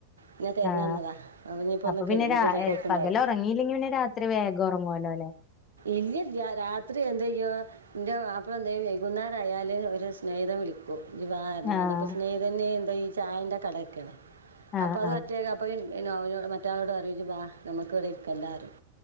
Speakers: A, on the right; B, on the left.
A: ന്നെ തെരഞ്ഞു
B: ആഹ്
A: വന്നതാ. അതിഞ്ഞിപ്പൊ
B: അപ്പൊ
A: കെട്ന്നീല്ലങ്കി
B: പിന്നെ രാ
A: ഇപ്പറ്തുണ്ടാവും.
B: പകല് ഒറങ്ങിയില്ലെങ്കി പിന്നെ രാത്രി വേഗം ഒറങ്ങുവല്ലോ ല്ലേ
A: ഇല്ലില്ല്യ രാത്രി എന്തയ്യു. ഇന്റെ മാപ്പള എന്തേ വൈകുന്നേരായാല് ഒരു <unintelligible> വിളിക്കു ക്കും ഇജ് വാ പറഞ്ഞാണ്ട്,
B: ആഹ്
A: അപ്പ സ്നേഹിതന് ന്താ ഈ ചായന്റെ കടക്കെണ്.
B: ആഹ്
A: അപ്പൊ അത
B: ആഹ്
A: <unintelligible> അപ്പോയും ഈ മറ്റേ ആളോട് പറിം ഇജ്ബാ ഞമ്മക്ക് ഇവിടെ ഇരിക്കണ്ടാന്ന് പറീം